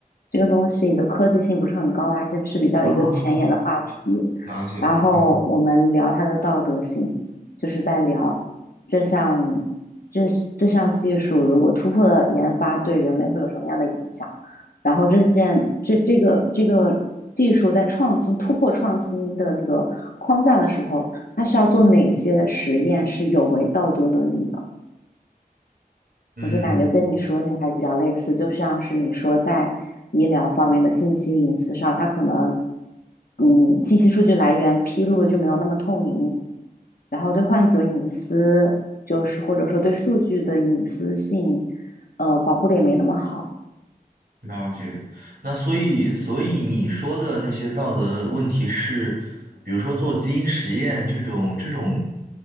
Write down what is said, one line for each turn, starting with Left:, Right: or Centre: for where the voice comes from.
Left: 这个东西的科技性不是很高啊，而且是比较一个前沿的话题。
Right: 啊，了解，
Left: 然后我们聊它的道德性，
Right: 嗯
Left: 就是在聊这项这这项技术如果突破了研发，对人类会有什么样的影响？然后这件这这个这个技术在创新突破创新的那个框架的时候，它需要做哪些实验是有违道德伦理的？
Right: 嗯，
Left: 我就感觉跟你说那个还是比较类似，就像是你说在医疗方面的信息隐私上，它可能嗯信息数据来源披露的就没有那么透明，然后对患者隐私就是或者说对数据的隐私性，呃保护的也没那么好。
Right: 了解。那所以，所以你说的那些道德问题是，比如说做基因实验这种，这种